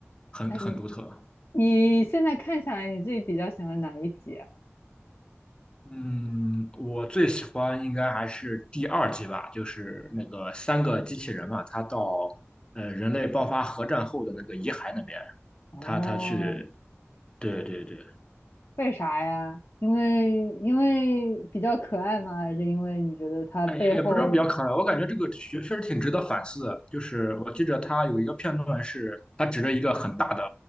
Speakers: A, on the left; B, on the left.
A: 很很独特。
B: 哎，你你现在看下来，你自己比较喜欢哪一集啊
A: 嗯，我最喜欢应该还是第二集吧，就是那个三个机器人嘛，他到呃人类爆发核战后的那个遗骸那边，
B: 哦，
A: 他他去，对对对。
B: 为啥呀？因为因为比较可爱吗？还是因为你觉得它背后……
A: 哎，也不知道比较可爱，我感觉这个确确实挺值得反思的。就是我记着他有一个片段是，他指着一个很大的，